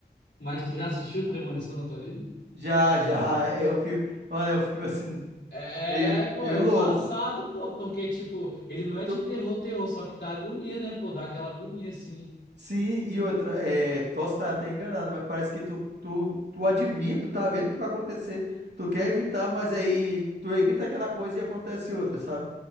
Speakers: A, on the left; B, on the right.
A: mas tu já assistiu Premonição na tua vida?
B: Já, já. <laughs> É um filme. Mano, é um filme assim,
A: É,
B: meio,
A: pô,
B: meio
A: é
B: louco.
A: embaçado, pô, porque, tipo, ele não é
B: Tu-
A: de terror, terror, só que dá agonia, né, pô, dá aquela agonia, assim.
B: sim, e outra, é, posso estar até enganado, mas parece que tu, tu, tu adivinha, tu tá vendo o que vai acontecer. Tu quer evitar, mas aí tu evita aquela coisa e acontece outra, sabe?